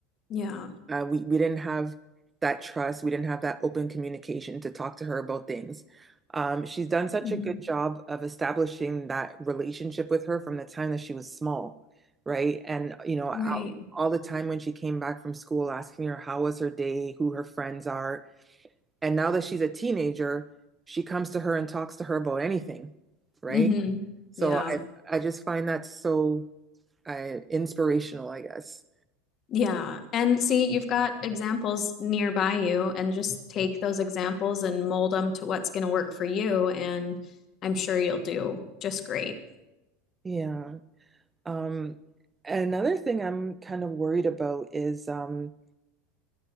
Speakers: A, on the left (about 45°); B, on the right (about 20°).
A: Yeah.
B: Uh, we we didn't have that trust. We didn't have that open communication to talk to her about things. Um, she's done such
A: hmm
B: a good job of establishing that relationship with her from the time that she was small, right? And you know, all,
A: Right.
B: all the time when she came back from school, asking her how was her day, who her friends are, and now that she's a teenager, she comes to her and talks to her about anything, right?
A: hmm
B: So
A: Yeah.
B: I I just find that so uh, inspirational, I guess.
A: Yeah. And see, you've got examples nearby you, and just take those examples and mold them to what's going to work for you. And I'm sure you'll do just great.
B: Yeah. Um, another thing I'm kind of worried about is um,